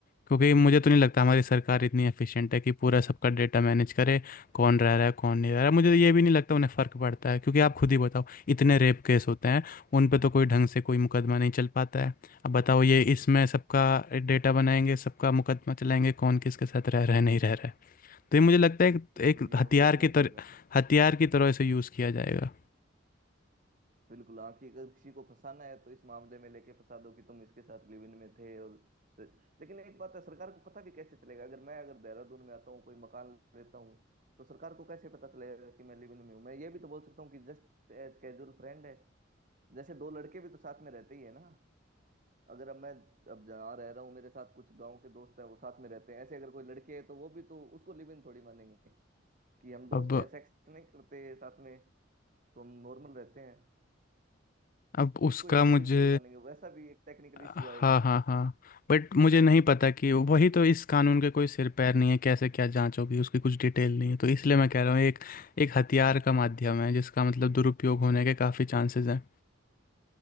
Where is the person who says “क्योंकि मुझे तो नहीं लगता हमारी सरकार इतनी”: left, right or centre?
Left